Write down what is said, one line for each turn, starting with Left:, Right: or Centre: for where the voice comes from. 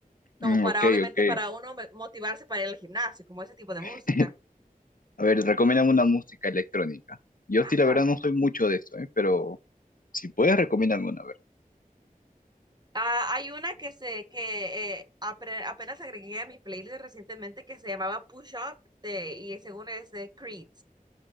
Right: como
Left: Mm,
Right: para
Left: Ok,
Right: obviamente
Left: ok.
Right: para uno me- motivarse para ir al gimnasio, como ese tipo de
Left: <laughs>
Right: música.
Left: A ver, recomiéndame una música electrónica. Yo
Right: Ah,
Left: sí, la verdad, no soy mucho de eso, ¿eh? Pero si puedes, recomiéndame una, a ver.
Right: Ah, hay una que se que eh, apre- apenas agregué a mi playlist recientemente que se llamaba Push Up de, y según es de Creed.